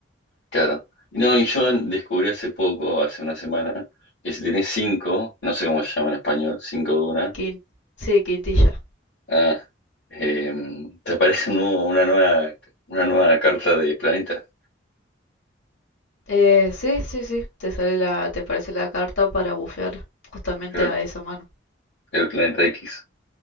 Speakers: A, on the left (about 70°); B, on the left (about 80°).
A: Claro. No, y yo descubrí hace poco, hace una semana, que si tenés cinco, no sé cómo se llama en español, cinco de una,
B: Quin- sí, quintilla.
A: ah, em, te aparece un nuevo- una nueva, una nueva carta de planeta,
B: Eh, sí, sí, sí. Te sale la, te aparece la carta para bufear justamente
A: el,
B: a esa mano.
A: el planeta X,